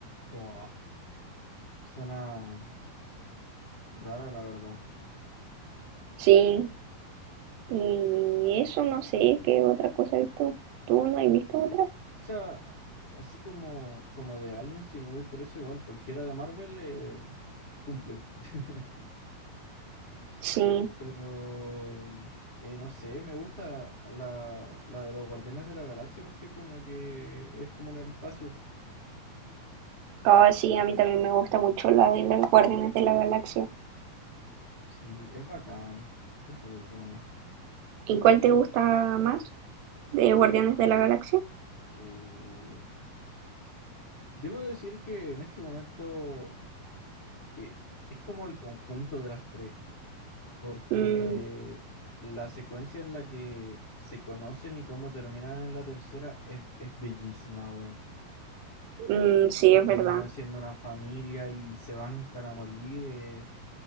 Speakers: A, on the left; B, on the right.
A: Wow, suena rara, la verdad.
B: Sí, y eso no sé qué otra cosa he visto. ¿Tú no has visto otras?
A: O sea, así como, como de Alien, si me voy por eso, igual cualquiera de Marvel eh, cumple. <laughs>
B: Sí.
A: Pero, eh, no sé, me gusta la, la de los Guardianes de la Galaxia porque como que es como en el espacio.
B: Ah, sí, a mí también me gusta mucho la de las Guardianes de la Galaxia.
A: Sí, es bacán, es súper buena.
B: ¿Y cuál te gusta más? ¿De Guardianes de la Galaxia?
A: Uh, Debo decir que en este momento eh, es como el conjunto de las tres, porque
B: Mm,
A: la secuencia en la que se conocen y cómo terminan en la tercera es, es bellísima, weón.
B: mm, sí,
A: Que
B: es
A: termina
B: verdad,
A: siendo una familia y se bancan a morir. eh,